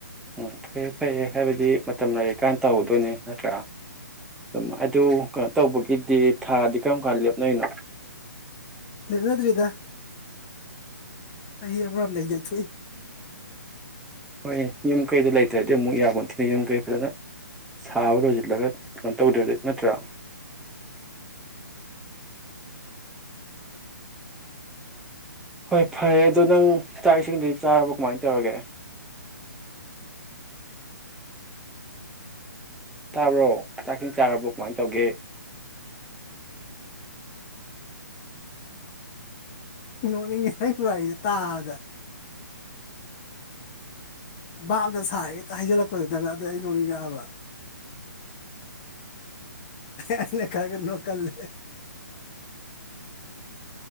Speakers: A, in the centre; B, on the left.
A: ꯎꯝ ꯐꯩꯌꯦ ꯐꯩꯌꯦ ꯍꯥꯏꯕꯗꯤ ꯃꯇꯝ ꯂꯥꯏꯔꯤꯛꯀꯥꯟꯅ ꯇꯧꯒꯗꯣꯏꯅꯦ ꯅꯠꯇ꯭ꯔꯥ꯫ ꯑꯗꯨꯝ ꯑꯗꯨ ꯀꯩꯅꯣ ꯇꯧꯕꯒꯤꯗꯤ ꯊꯥꯗꯤ ꯀꯔꯝ ꯀꯥꯟ ꯂꯦꯞꯅꯩꯅꯣ꯫
B: ꯂꯦꯞꯅꯗ꯭ꯔꯤꯗ꯫ ꯆꯍꯤ ꯑꯃꯔꯣꯝꯗꯒꯤ ꯌꯩꯊꯣꯛꯏ꯫
A: ꯍꯣꯏ ꯌꯨꯝ ꯀꯩꯗꯣ ꯂꯩꯇ꯭ꯔꯗꯤ ꯑꯃꯨꯛ ꯌꯥꯕ ꯅꯠꯇꯦꯗ ꯌꯨꯝ ꯀꯩ ꯐꯖꯅ ꯁꯥꯕ ꯂꯣꯏꯁꯤꯜꯂꯒ ꯀꯩꯅꯣ ꯇꯧꯗ꯭ꯔꯗꯤ ꯅꯠꯇ꯭ꯔꯥ꯫ ꯍꯣꯏ ꯐꯔꯦ ꯑꯗꯣ ꯅꯪ ꯆꯥꯛ ꯏꯁꯤꯡꯗꯤ ꯆꯥꯔꯕꯣ ꯀꯃꯥꯏꯅ ꯇꯧꯔꯒꯦ꯫ ꯇꯥꯕ꯭ꯔꯣ ꯆꯥꯛ ꯏꯁꯤꯡ ꯆꯥꯔꯕ꯭ꯔꯣ ꯀꯃꯥꯏꯅ ꯇꯧꯒꯦ꯫
B: ꯅꯣꯛꯅꯤꯡꯉꯦ ꯅꯪ ꯋꯥꯔꯤꯔꯤꯗ ꯇꯥꯕꯗ ꯕꯥꯞꯅ ꯁꯥꯔ ꯍꯦꯛꯇ ꯍꯥꯏꯖꯤꯜꯂꯛꯄꯗꯨꯗꯅ ꯑꯗꯨꯗ ꯑꯩ ꯅꯣꯡꯅꯤꯡ ꯉꯛꯑꯕ꯫
A: ꯎ
B: ꯑꯩꯅ ꯈꯥꯔꯒ ꯅꯣꯛꯀꯜꯂꯦ꯫